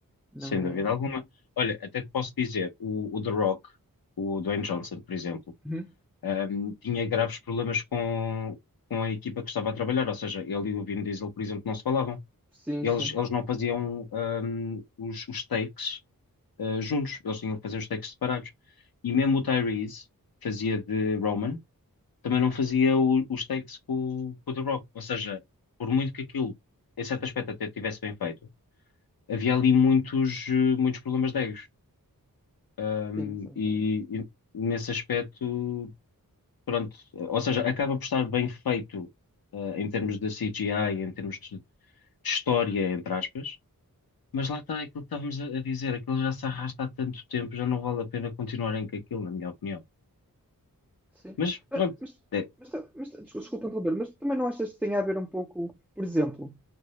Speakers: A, in the centre; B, on the left.
A: Não
B: Sem
A: é.
B: dúvida alguma. Olha, até te posso dizer, o, o The Rock, o Dwayne Johnson, por exemplo,
A: Uhum.
B: ahm, tinha graves problemas com, com a equipa que estava a trabalhar, ou seja, ele e o Vin Diesel, por exemplo, não se falavam.
A: Sim,
B: Eles,
A: sim.
B: eles não faziam ahm, os, os takes ah, juntos, eles tinham que fazer os takes separados. E mesmo o Tyrese fazia de Roman, também não fazia o- os takes com, o- com o The Rock. Ou seja, por muito que aquilo, em certo aspecto, até tivesse bem feito, havia ali muitos, eh, muitos problemas de egos. Um,
A: Sim, sim.
B: e, e nesse aspecto, pronto, ou seja, acaba por estar bem feito, uh, em termos de CGI, em termos de, de história, entre aspas, mas lá está aquilo que estávamos a, a dizer, aquilo já se arrasta há tanto tempo, já não vale a pena continuarem com aquilo, na minha opinião.
A: Sim.
B: Mas
A: Mas,
B: pronto, é,
A: mas, mas, mas desculpa interromper, mas também não achas que tem a ver um pouco, por exemplo,